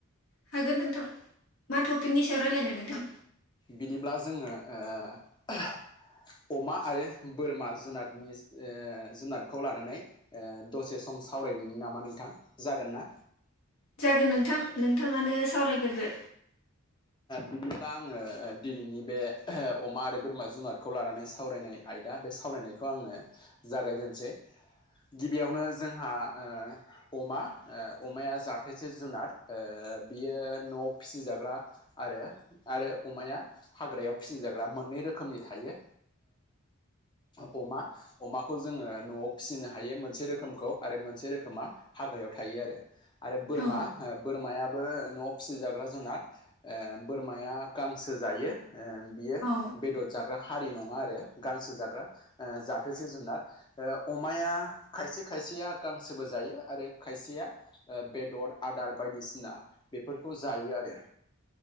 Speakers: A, on the left (about 70°); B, on the left (about 20°).
A: हागोन नोंथां मा टपिकनि सायाव रायलायनो नोंथां?
B: बिदिब्ला जोङो ओ <unintelligible> अमा आरो बोरमा जुनादनि ओ जुनादखौ लानानै ओ दसे सम आं सावरायदिनि नामा नोंथां जागोन ना
A: जागोन नोंथां नोंथाङानो सावरायग्रदो
B: बिदिब्ला आङो दिनैनि बे अमा आरो बोरमा जुनादखौ लानानै सावरायनाय आयदा दा बे सावरायनायखौ आङो जागायजेनसै गिबियावनो जोंहा ओ अमा ओ अमाया जाथेसे जुनाद ओ ओ बियो न'आव फिसिजाग्रा आरो आरो अमाया हाग्रायाव फिसिजाग्रा मोननै रोखोमनि थायो ओ अमा अमाखौ जोङो न'आव फिसिनो हायो मोनसे रोखोमखौ आरो मोनसे रोखोमा हा ग्रायाव थायो आरो आरो बोरमा
A: औ
B: ओ बोरमायाबो न'आव फिसिजाग्रा जुनाद ओ बोरमाया गांसो जायो ओ बियो
A: औ
B: बेदर जाग्रा हारि नङा आरो गांसो ओ जाग्राथोसे जुनार ओ अमाया खायसे खायसेया गां गांसोबो जायो आरो खायसेया बेदर आदार बायदिसिना बेफोरखौ जायो आरो